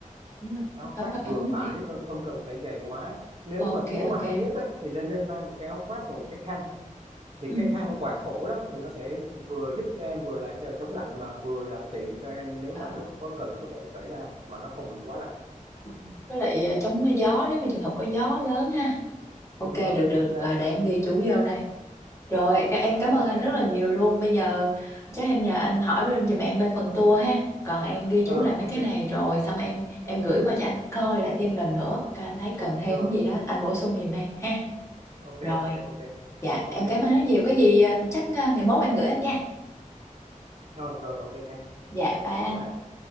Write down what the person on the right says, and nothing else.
áo
khoác
vừa
phải
thôi không cần phải dày quá nếu
mà nếu mà
hay nhất á, thì nên nên mang một cái áo khoác và một cái khăn thì
cái khăn quàng cổ đó thì nó sẽ vừa giúp em vừa là cho- chống lạnh mà vừa là tiện cho em nếu
mà lúc có cần có thể cởi ra mà nó không bị quá lạnh
đúng rồi
chính xác
ok
Ờ,
ok
rồi
ok
ok ok
ok
ok
rồi rồi ok em
bye bye